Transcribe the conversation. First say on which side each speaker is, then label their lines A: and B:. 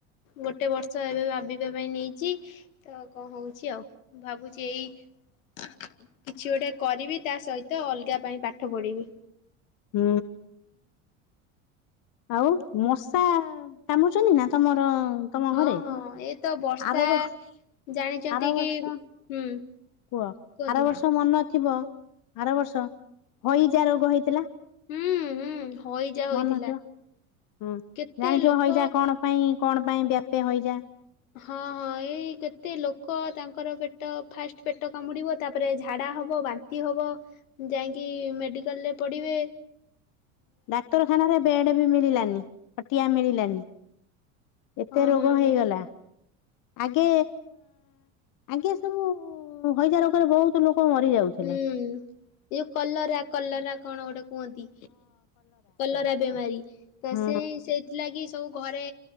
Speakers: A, on the left; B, on the left.
A: ଗୋଟେ ବର୍ଷ ଏବେ ଭାବିବା ପାଇଁ ନେଇଚି। ତ କଣ ହଉଛି ଆଉ, ମୁ ଭାବୁଛି ଏଇ କିଛି ଗୋଟେ କରିବି, ତା ସହିତ ଅଲଗା ପାଇଁ ପାଠ ପଢିବି।
B: ହୁଁ। ଆଉ ମଶା କାମୁଡୁଛନ୍ତି ନା ତମର ତମ
A: ହଁ
B: ଘରେ?
A: ହଁ ଏ ତ ବର୍ଷା
B: ଆର ବର୍ଷ
A: ଜାଣିଛନ୍ତି,
B: ଆର ବର୍ଷ
A: କି ହୁଁ।
B: କୁହ
A: କୁହନ୍ତୁ
B: ଆର ବର୍ଷ ମନ ଥିବ। ଆର ବର୍ଷ ହଇଜା ରୋଗ ହେଇଥିଲା।
A: ହୁଁ ହୁଁ ହଇଜା ହୋଇଥିଲା।
B: ମନ ଥିବ ହୁଁ
A: କେତେ
B: ଜାଣିଥିବ
A: ଲୋକ
B: ହଇଯା କଣ ପାଇଁ କଣ ପାଇଁ ବ୍ୟାପେ ହଇଯା।
A: ହଁ ହଁ ଏଇ କେତେ ଲୋକ ତାଙ୍କର ପେଟ ଫାଷ୍ଟ ପେଟ କାମୁଡିବ, ତାପରେ ଝାଡା ହ ହବ ବାନ୍ତି ହବ ଯାଇକି ମେଡିକାଲରେ ପଡିବେ।
B: ଡାକ୍ତରଖାନାରେ ବେଡ ବି ମିଳିଲାନି ଖଟିଆ ମିଳିଲାନି। ଏତେ
A: ହଁ
B: ରୋଗ
A: ହଁ
B: ହେଇଗଲା।
A: ଯା
B: ଆଗେ ଆଗେ ସବୁ ହଇଜା ରୋଗରେ ବହୁତ ଲୋକ ମରି ଯାଉଥିଲେ।
A: ହୁଁ ଇଏ କଲରା କଲରା କଣ ଗୋଟେ କୁହନ୍ତି। କଲରା ବେମାରୀ ତ
B: ହୁଁ
A: ସେଇ ସେଇଥିଲା କି ସବୁ ଘରେ